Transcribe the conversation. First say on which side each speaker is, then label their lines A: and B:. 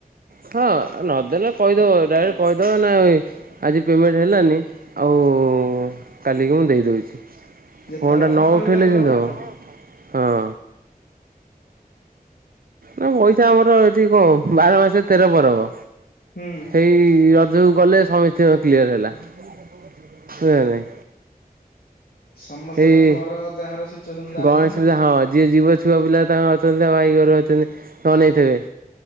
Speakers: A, on the right; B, on the left.
A: ହଁ ନଦେଲେ କହିଦବ ଡାଇରେକ୍ଟ କହିଦବ ନା ଭାଇ ଆଜି ପେମେଣ୍ଟ ହେଲାନି ଆଉ କାଲିକି ମୁଁ ଦେଇଦଉଛି।
B: ଯେତେବେଳେ
A: ଫୋନ୍ ଟା
B: ହବ
A: ନଉଠେଇଲେ
B: ସେତେବେଳେ ଦେଇଦବ
A: କେମିତି
B: ଆଉ
A: ହେବ।
B: କଣ
A: ହଁ ନା ପଇସା ଆମର ଏଠି କଣ ବାର ମାସେ ତେର ପରବ।
B: ହୁଁ
A: ହେଇ ରଜକୁ ଗଲେ ସମିସ୍ତିଙ୍କର କ୍ଲିୟର ହେଲା। ବୁହ ନା ନାହିଁ।
B: ସମସ୍ତେ
A: ହେଇ
B: ପୁଣି ଘର ଯାହାର ସିଚୁଏସନ ଯାହାର
A: ଗଣେଶ
B: ନା ଆଉ
A: ପୁଯା ହଁ। ଯିଏ ଯୀବ ଛୁଆ ପିଲା ତାଙ୍କର ଅଛନ୍ତି ଭାଇ ଘର ଅଛନ୍ତି ଅନେଇଥିବେ।